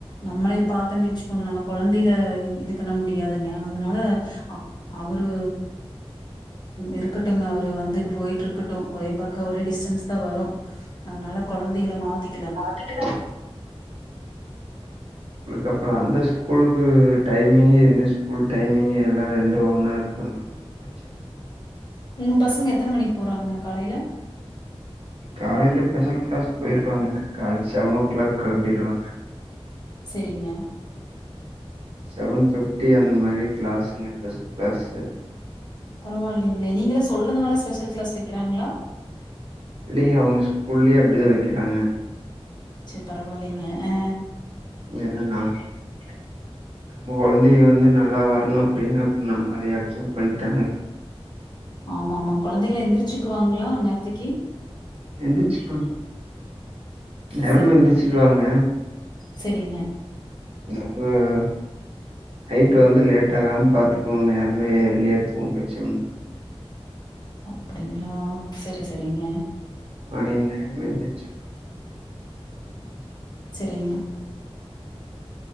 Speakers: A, on the left (about 45°); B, on the right (about 65°).
A: நம்மளே பாத்தோனு வச்சுக்கோங்க நம்ம கொழந்தையில இது பண்ண முடியாதுங்க அதனால அ அவரு இருக்கட்டங்க அவரு வந்துட்டு போயிட்டு இருக்கட்டோம் ஒரே பக்கம் ஒரே டிஸ்டன்ஸ் தான் வரும் அதனால கொழந்தைகள மாத்திக்கலா
B: <unintelligible> அதுக்கு அப்புறோ அந்த ஸ்கூலுக்கு டைமிங்கு இந்த ஸ்கூல் டைமிங்கு எல்லா ரெண்டு ஒன்னா இருக்குதுங்களா <inaudible>
A: உங்க பசங்க எத்தன மணிக்கு போகறாங்க காலையில
B: காலையில ஸ்பெஷல் கிளாஸ் போயிருவாங்க காலையில் செவனே ஓ கிளாக் கிளம்பிடுவாங்க
A: செரிங்க
B: செவன் ஃபிப்டி அந்த மாதிரி கிளாஸுங்க ஸ்பெஷல் கிளாஸ்சு
A: பரவாயில்லைங்களே நீங்களே சொல்றதுனால ஸ்பெஷல் கிளாஸ் வெக்கிறாங்களா
B: இல்லைங்க அவங்க ஸ்கூல்லேயே அப்படிதா வெக்கிறாங்க
A: செரி பரவாயில்லைங்க அ
B: ஏன்னா நா <unintelligible> நம்ம கொழந்தைங்க வந்து நல்லா வரணு அப்படின்னா நம்ம அதை அக்செப்ட் பண்ணி தானுங்க
A: ஆமா ஆமா கொழந்தைகளா எந்திரிச்சுக்குவாங்களா அந்த நேரத்துக்கி
B: எந்திரிச்சுப்பாங்க நேரமா
A: சரிங்க.
B: எந்திருச்சுவாங்க
A: சரிங்க
B: <unintelligible> நைட்டு வந்து லேட் ஆகா பாத்துக்கோங்க நேரமே எரிளிய தூங்க வெச்சிருங்க
A: அப்படிங்களா சேரி சேரிங்க
B: அணைந்து அணைந்துச்சு
A: செரிங்கண்ணா